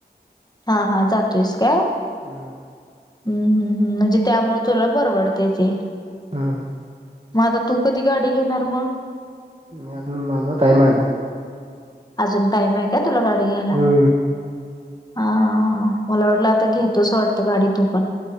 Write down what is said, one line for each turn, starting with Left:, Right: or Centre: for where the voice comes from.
Left: हा. हा. जातोयस काय?
Right: हम्म.
Left: हम्म, हम्म, हम्म. म्हणजे त्यामुळे तुला परवडतयं ते.
Right: हं.
Left: म आता तू कधी गाडी घेणार म?
Right: मी अजून माझा टाईम हाय अजून.
Left: अजून टाईम हाय काय तुला गाडी घ्यायला?
Right: अजून
Left: हा, हा, हा. मला वाटलं आता घेतोसं वाटतं गाडी तू पण.